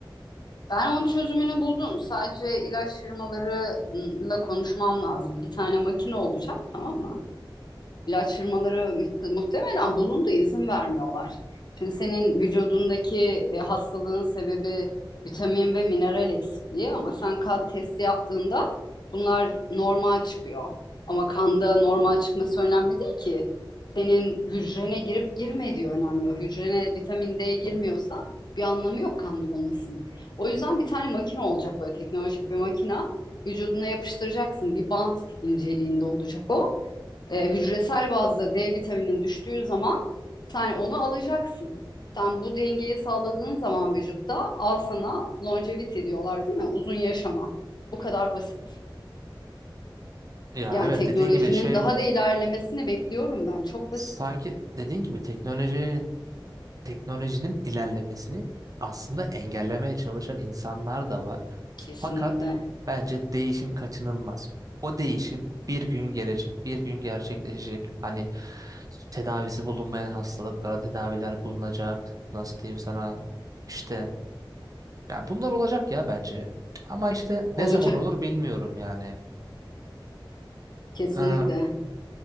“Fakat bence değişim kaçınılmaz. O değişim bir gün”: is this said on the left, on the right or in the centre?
Right